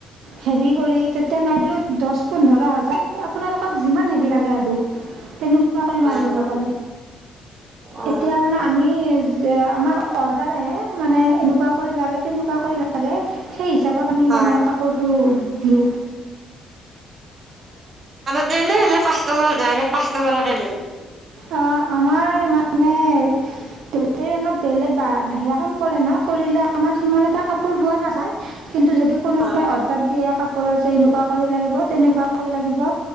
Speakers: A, on the right; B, on the right.
A: হেভি কৰি তেতিয়া নাই বুলিও দহ পোন্ধৰ হাজাৰ আপোনালাক অ যিমান হেভি লাগে আৰু তেনেকোৱা কৰি
B: হয়,
A: মাৰি দিব
B: হয়,
A: পাৰে
B: অ',
A: এতিয়া মানে আমি যে আমাক অ এইবিলাক আহে মানে এনেকোৱা কৰি লাগে তেনেকোৱা কৰি লাগে লাগে সেই হিচাপত
B: হয়।
A: মানে আমি কাপোৰ টো দিও
B: এনে এনে কাষ্টমাৰ ডাইৰেক্টৰ কাষ্টমাৰকে দিও
A: অ আমাৰ মানে দেউতাই অলপ বেলেগ বাহিৰা কাম কৰে না কৰিলে আমাৰ সিমান এটা কাপোৰ বোৱা নাযায় কিন্তু যদি কোনোবাই
B: হয়,
A: অৰ্ডাৰ দিয়ে কাপোৰ ওপৰত যে এনেকোৱা কৰি লাগিব তেনেকোৱা কৰি লাগিব